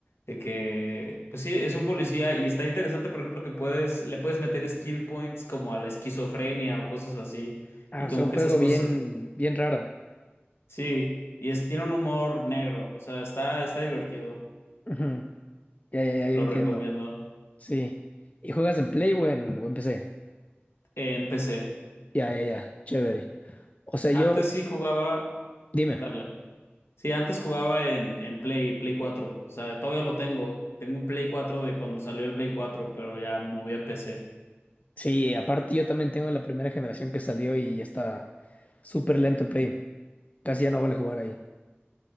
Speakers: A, on the left; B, on the left.
A: de que, pues sí, es un policía y está interesante, por ejemplo, que puedes, le puedes meter skill points como a la esquizofrenia o cosas así
B: Ah,
A: y
B: o
A: como
B: sea, un
A: que
B: juego
A: esas cosas,
B: bien, bien raro.
A: sí, y es, tiene un humor negro, o sea, está, está divertido,
B: Ujú. Ya, ya, ya, ya
A: lo
B: entiendo.
A: recomiendo.
B: Sí. ¿Y juegas en Play o en, o en PC?
A: Eh, en PC.
B: Ya, ya, ya. Chévere. O sea,
A: Antes
B: yo,
A: sí jugaba.
B: dime.
A: Dale. Sí, antes jugaba en, en Play, Play cuatro, O sea, todavía lo tengo. Tengo un Play 4 de cuando salió el Play 4, pero ya me moví a PC.
B: Sí, aparte yo también tengo la primera generación que salió y ya está súper lento el Play. Casi ya no vale jugar ahí.